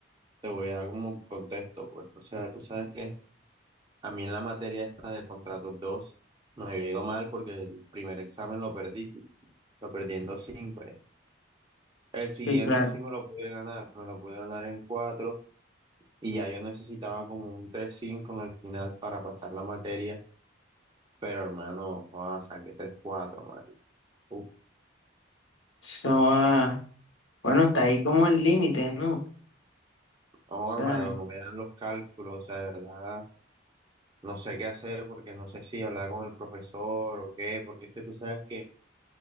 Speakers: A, on the right; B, on the left.
A: te voy a dar como un contexto, pues. O sea, tú sabes que a mí en la materia esta de contratos 2 me había ido mal porque el primer examen lo perdí. Lo perdiendo 5 ya. El
B: Sí,
A: siguiente
B: claro.
A: sí me lo pude ganar, me lo pude ganar en 4 y ya yo necesitaba como un tres cinco en el final para pasar la materia, pero hermano, joda, saqué tres cuatro marica. Uf,
B: No, ah, bueno, está ahí como el límite, ¿no? O
A: no,
B: sea,
A: hermano, no me dan los cálculos, o sea, de verdad, no sé qué hacer porque no sé si hablar con el profesor o qué, porque es que tú sabes que